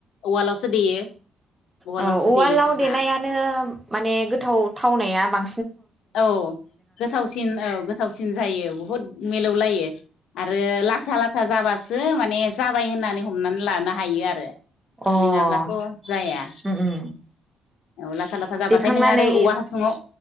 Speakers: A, on the left; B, on the right.
A: उवालाव देयो उवालावसो
B: औ उवालाव
A: देयो जोंहा
B: देनायानो माने गोथाव थावनाया बां
A: औ गोथावसिन औ गोथावसिन जायो बहुद मिलौलायो आरो लाथा लाथा जाबा सो माने जाबाय होननानै हमनानै लानो हायो आरो
B: औ अ
A: नङाब्लाथ' जाया
B: उम उम
A: औ लाथा लाथा जाबाथाय
B: देखांनानै
A: नों आरो औवा हासुङाव